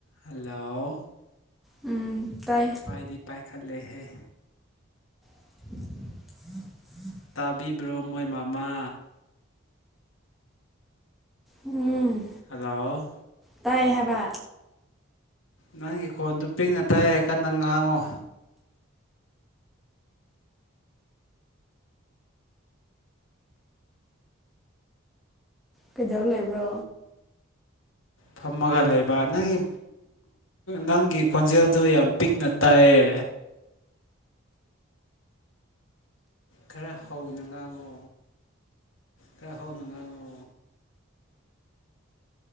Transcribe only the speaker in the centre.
ꯎꯝ ꯇꯥꯏ
<inaudible>
ꯎꯝ
ꯇꯥꯏ ꯍꯥꯏꯕ
ꯀꯩꯗꯧ ꯂꯩꯕ꯭ꯔꯣ